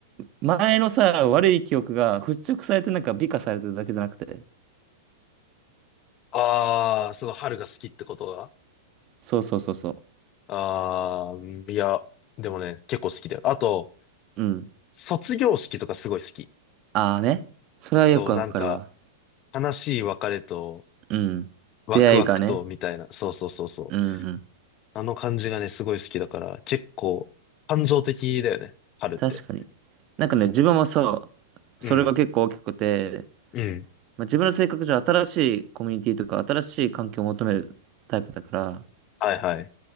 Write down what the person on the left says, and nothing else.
あー、その春が好きってことが。
ああいや、でもね、結構好きだよ。あと、
卒業式とかすごい好き。
そう、なんか、悲しい別れと、
ワクワクと、
みたいな。そうそうそうそう。
あの感じがね、すごい好きだから、結構、感情的だよね、春って。
うん、
うん、
はいはい。